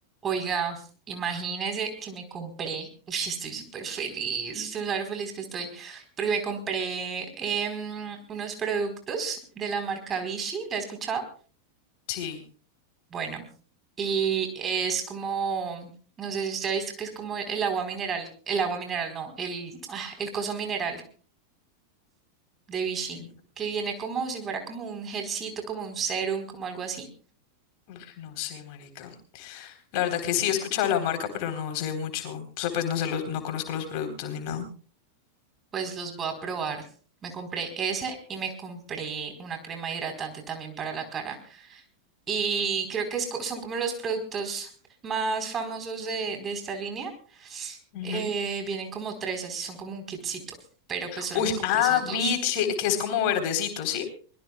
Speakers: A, on the right (about 25°); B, on the left (about 45°).
A: Oiga, imagínese que me compré, uy, estoy súper feliz, estoy súper feliz que estoy, porque me compré em, unos productos de la marca Vichy, ¿la he escuchado?
B: Sí.
A: Bueno, y es como, no sé si usted ha visto que es como el agua mineral, el agua mineral, no, el, ah, el coso mineral de Vichy,
B: Mm,
A: que viene como si fuera como un gelcito, como un serum, como algo así.
B: uf, no sé, marica. La verdad que sí he escuchado la marca, pero no sé mucho. O sea, pues no sé los, no conozco los productos ni nada.
A: Pues los voy a probar. Me compré ese y me compré una crema hidratante también para la cara. Y creo que es co- son como los productos más famosos de, de esta línea.
B: Ujú.
A: Eh, vienen como tres, así son como un kitcito, pero pues solo
B: Uy,
A: me compré
B: ah,
A: esos
B: biche,
A: dos.
B: que es como verdecito, ¿sí?